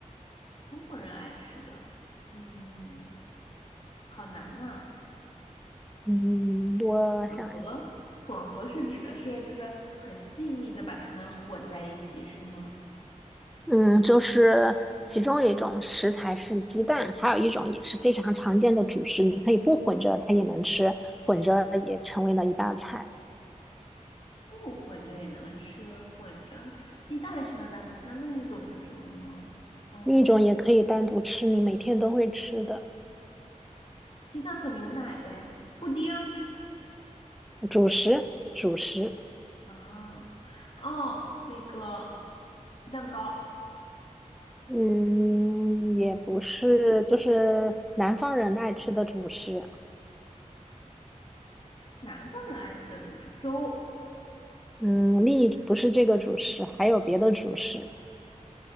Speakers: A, on the left; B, in the centre.
A: 中国人爱吃的，嗯，好难呐。
B: 嗯，我想，
A: 呃，混合是指的是就是很细腻的把它们混在一起，是吗？
B: 嗯，就是其中一种食材是鸡蛋，还有一种也是非常常见的主食，你可以不混着它也能吃，混着也成为了一道菜。
A: 不混着也能吃，混着鸡蛋是能单独吃，那另一种是什么呢？嗯，
B: 另一种也可以单独吃，你每天都会吃的
A: 鸡蛋和牛奶呗，布丁儿。
B: 主食，主食，
A: 啊，哦，那个鸡蛋糕，
B: 嗯，也不是，就是南方人爱吃的主食，
A: 南方人爱吃的主食粥，
B: 嗯，另一不是这个主食，还有别的主食，